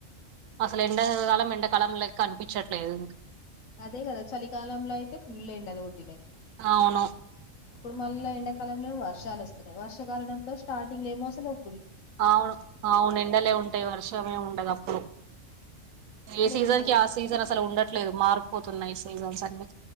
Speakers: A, on the right; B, on the left.
A: అసలు ఎండకాలం ఎండ కలం లెక్క కనిపించట్లేదు
B: అదే కదా చలికాలంలో అయితే ఫుల్ ఎండలు కొట్టినాయ్
A: అవును
B: ఇప్పుడు మళ్ళా ఎండాకాలంలో వర ర్షాలు వస్తున్నాయి. వర్షకాలమెప్పుడు స్టార్టింగ్లేమో అసలు వ
A: అవును అవును ఎండలే ఉంటాయి వర్షమేముండదు అప్పుడు,
B: మరి
A: ఏ సీజన్
B: ఇది
A: కి ఆ సీజన్ అసలు ఉండట్లేదు మార్పు తున్నాయ్ సీజన్స్ అన్ని